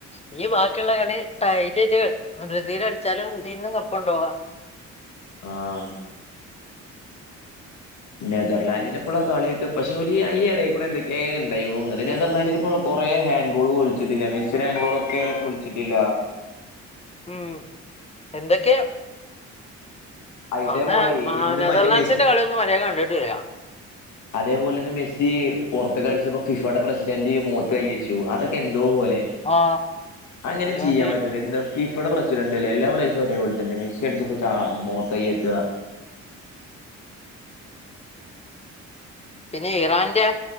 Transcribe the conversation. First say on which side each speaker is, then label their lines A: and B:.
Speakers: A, on the left; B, on the left.
A: ഇനി ബാക്കിയുള്ള കളി ടൈ ട്ടീറ്റ് ബ്രസീലളിച്ചാല് ബ്രസീൽന് കപ്പൊണ്ടാവാ
B: ആഹ് നെതർലാൻഡിന്റെ ഇപ്പള്ള കളിയൊക്കെ,
A: ഉം.
B: പക്ഷെ ഓല് ഈ ഈയിടെയൊ ഇടെ എന്തൊക്കേ ഇണ്ടായിക്കുണു തോന്നണ്ട്. നെതർലാൻഡിന് ഇപ്പൊന്ന് കൊറേ ഹാൻഡ് ബോള് വിളിച്ചിട്ടില്ല. മെസ്സിടെ ഹാൻഡ്ബോളൊക്കെ വിളിച്ചിട്ടില്ല.
A: ഉം എന്തൊക്കെയാ
B: ഇതേപോലെ
A: അന്ന് ആ
B: ഇന്ന്
A: നെതർലാൻഡ്സിന്റെ
B: മറ്റേ
A: കളിയൊന്നും മര്യാദക്ക് കണ്ടിട്ടില്ല
B: അതേപോലന്നെ മെസ്സി പൊറത്തേക്കടിച്ചപ്പോ ഫിഫാടെ പ്രസിഡന്റ്‌ മോത്ത് കയ്യച്ചു അതൊക്കെ എന്ത് ന്തോ പോലെ
A: ആ
B: അങ്ങനെ
A: ഒരുമാതിരി
B: ചെയ്യാൻ പറ്റൂല എന്താ ഫിഫാടെ പ്രസി ച്ചാ ണ്ട്എല്ലാ പ്ലയേർസും ഒരേ പോലെ തന്നെയാ മെസ്സി അടിച്ചപ്പൊ ചാ മോത്ത് കയ്യെക്ക്വാ
A: പിന്നെ ഇറാന്റെ